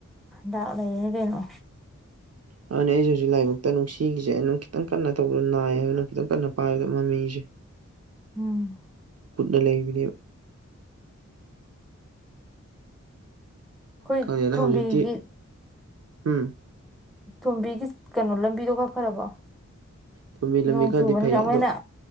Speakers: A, in the centre; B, on the right (about 55°).
A: ꯗꯥ ꯂꯩ ꯌꯦ ꯀꯩꯅꯣ
B: ꯑꯗꯨꯅꯤ ꯑꯩꯁꯦ ꯍꯧꯖꯤꯛ ꯂꯥꯏꯕꯛꯇ ꯅꯨꯡꯁꯤꯒꯤꯁꯦ ꯑꯩ ꯑꯗꯨ ꯈꯤꯇꯪ ꯀꯟꯅ ꯇꯧꯕꯗꯣ ꯅꯥꯏ ꯍꯥꯏꯕꯅ ꯈꯤꯇꯪ ꯀꯟꯅ ꯄꯥꯏꯕꯗꯣ ꯃꯃꯤꯁꯦ
A: ꯎꯝ
B: ꯀꯠꯅ ꯂꯩꯕꯅꯦꯕ
A: ꯑꯩꯈꯣꯏ
B: ꯈꯪꯉꯦꯗ
A: ꯊꯣꯝꯕꯤꯒꯤ
B: ꯍꯧꯖꯤꯛꯇꯤ ꯎꯝ
A: ꯊꯣꯝꯕꯤꯒꯤ ꯀꯩꯅꯣ ꯂꯝꯕꯤꯗꯣ ꯈꯔ ꯐꯔꯕꯣ
B: ꯇꯨꯝ ꯃꯤ ꯂꯝꯕꯤ
A: ꯅꯣꯡ
B: ꯈꯔꯗꯤ
A: ꯆꯨꯕꯅꯤꯅ
B: ꯐꯩ
A: ꯑꯃꯨꯛ
B: ꯑꯗꯣ
A: ꯍꯦꯟꯅ